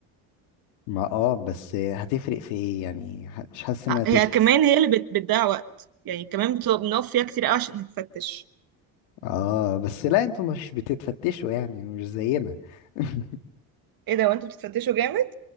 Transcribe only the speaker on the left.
ما اه بس هتفرق في ايه يعني ح- مش حاسس انها هتفرق
اه بس لا انتوا مش بتتفتشوا يعني مش زينا <laughs>